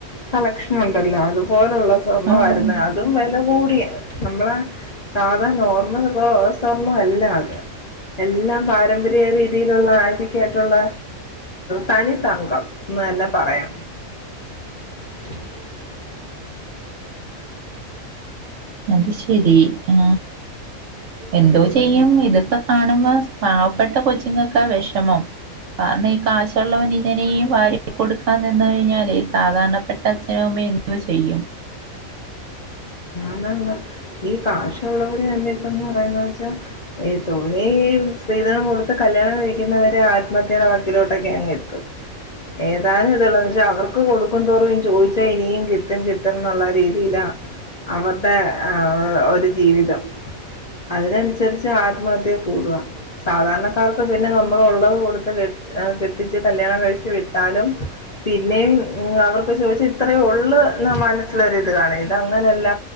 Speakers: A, on the left; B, on the right.
A: കളക്ഷ്ൻഉണ്ടല്ലോ അത് പോലെയുള്ള സ്വർണം
B: ആഹ്
A: വരുന്ന്അതു വില കൂടി നമ്മള് സാധനേർമൽ ഇപ്പോ സ്വർണം അല്ലാ എല്ലാം പരപര്യായരിതിയിൽഉള്ള അറ്റിക് അയിട്ടുള്ള തനി തങ്കം എന്ന് തന്നെ പറയാം <inaudible>
B: അത് ശരി ആ എന്തോ
A: ഉം,
B: ചെയ്യാം ഇത് ഇപ്പോ കാണുമ്പോ പാവപ്പെട്ട കൊച്ച് ങ്ങൾക്ക് ആ വിഷമം ഈ കാശ്ഉള്ളവൻ ഇങ്ങനി കൊടുക്കാൻ നിന്ന് കഴിഞ്ഞാല് സാധരണപ്പെട്ട അച്ഛനും അമ്മയും എന്ത് ചെയ്യും
A: ഇന്ന് ഇന്ന് ഇ കാശുള്ളവൻ എന്നി ഇപ്പോ പറയുന്നത് വെച്ചാൽ തോനെ സ്ത്രിധനം കൊട്ത്ത് കല്യാണം കഴിക്കുന്നവർ അവർ അത്വ മത്യം അങ്ങ് എത്തും എന്താ നും ഇത് ഉള്ളവർഅവ അവർക്ക് കൊടുക്കും തോറും ചോദിച്ച ഇനിയും കിട്ടും കിട്ടു കിട്ടും നുള്ള രീതിയിലാ അവട്ടെ ആ ഒരു ജീവിതം അതിന് അതിനനുസരിച്ച് ആത്മഹത്യ കൂടുവാ സാധാരണക്കാർക്ക് പിന്നെ നമ്മൾ ഉള്ളത് കൊടുത്ത് കെട്ടിച്ച് കല്യാണം കഴിച്ച വിട്ടാലും പിന്നെയും അവർക്ക് ചോദിച്ച ഇത്രേ ഉള്ളള് മനസ്സിലൊ ഇത് കാണാം ഇത് അങ്ങനെയല്ല